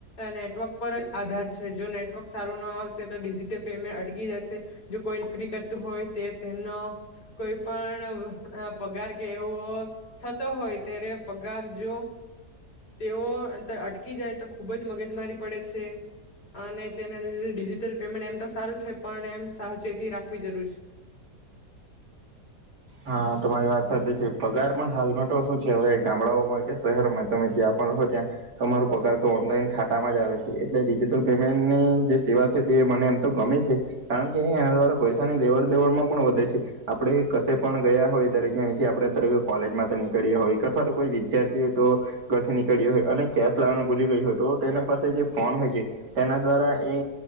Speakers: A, on the left; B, on the right.
A: નેટવર્ક પર જ આધાર છે જો નેટવર્ક સારું ના આવશે તો ડિજિટલ પેમેન્ટ અટકી જાયશે જો કોઈ નોકરી કરતું હોય તે તેમનો કોઈ પણ પગાર કે એવો થતો હોય ત્યારે પગાર જો તેઓ અટકી જાય તો ખુબ જ મગજ મારી પડે છે અને તેના લીધે ડિજિટલ પેમેન્ટ એમ તો સારું છે પણ એમ સાવચેતી રાખવી જરૂર છે.
B: હા તમારી વાત સાચી છે પગાર પણ હાલમાં તો શું છે હવે ગામડાઓમાં કે શહેરોમાં તમે જ્યાં પણ રહો ત્યાં તમારોું પગાર તો ઓનલાઈન ખાતામાં જ આવે છે એટલે ડિજિટલ પેમેન્ટની જે સેવા છે તે મને એમ તો ગમે છે કારણ કે એના દ્વારા પૈસાની લેવડ દેવડમાં પણ વધે છે આપણેે કસે પણ ગયા હોય દરેકથી આપણે દરે કોલેજ માટે નીકળીએ હોય કે અથવા તો કોઈ વિદ્યાર્થી હોય તો ઘરથી નીકળએ હોય અને કેશ લાવવાનું ભૂલી ગઈ હોય તો તેના પાસે જે ફોન હોય છે તેના દ્વારા એ